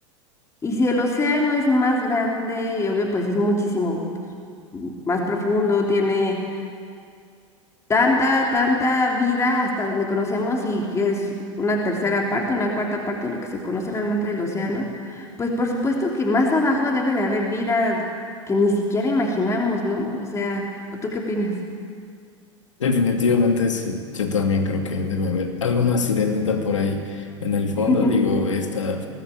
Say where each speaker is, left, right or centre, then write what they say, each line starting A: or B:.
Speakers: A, on the left; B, on the left.
A: Y si el océano es más grande y obvio, pues es muchísimo más profundo, tiene tanta, tanta vida hasta donde conocemos y que es una tercera parte, una cuarta parte de lo que se conoce realmente del océano, pues por supuesto que más abajo debe de haber vida que ni siquiera imaginamos, ¿no? O sea, ¿o tú qué opinas?
B: definitivamente sí. Yo también creo que debe haber alguna sirenita por ahí en el fondo.
A: <laughs>
B: Digo, esta